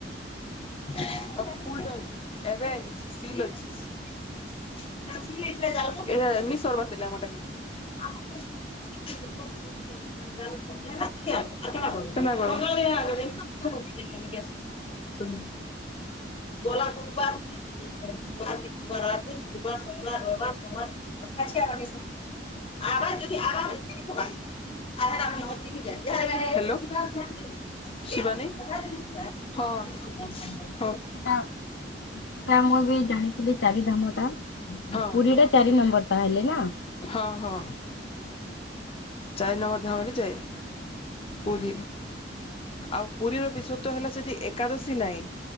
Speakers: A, on the left; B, on the left.
A: <unintelligible> <unintelligible> ହେଲୋ। ଶିବାନୀ। ହଁ। <unintelligible>
B: ସେଟା ଉଁ ସେଟା ମୁଁ ବି ଜାଣି ସେଠି ଚାରିଧାମ ଟା।
A: ହଁ
B: ପୁରୀ ଟା ଚାରି ନମ୍ବର ତାହେଲେ ନା?
A: ହଁ ହଁ। ଚାରି ନମ୍ବର ଧାମାରେ ଯାଏ। ପୁରୀ ଆଉ ପୁରୀର ବିଶେତ୍ୱ ହେଲା ସେଠି ଏ କାଦଶୀ ନାଇଁ